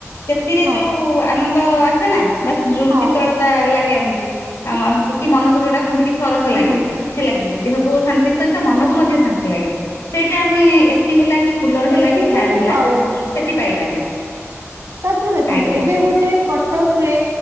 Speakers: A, on the left; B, on the right.
A: ସେଥିରେ
B: ହଁ
A: ଯୋଉ ଆନନ୍ଦ ଆସେ ନା ବା ଯୋଉ
B: ହଁ।
A: ଶୀତଳତା ଲାଗେ ଆମକୁ। ଆଉ କି ମନକୁ ଯୋଉଟା କୁହନ୍ତି କି ସରସ
B: ହୁଁ
A: ଲାଗେ। ହେଲା କି ଦେହକୁ ଶାନ୍ତି ସହିତ ମନକୁ ମଧ୍ୟ ଶାନ୍ତି ଲାଗେ। ସେଇଟା ଆମେ ଏସି ହେଲା କି କୁଲର ହେଲା
B: ଏସି
A: କି
B: ତ
A: ଫ୍ୟାନ
B: ଏରା
A: ହେଲା
B: ପାଉନା।
A: ସେଠି ପାଇବାନି।
B: ତାପରେ ଦେଖନ୍ତୁ
A: ଆଜ୍ଞା
B: ଏବେ ଗୋଟେ କଟକରେ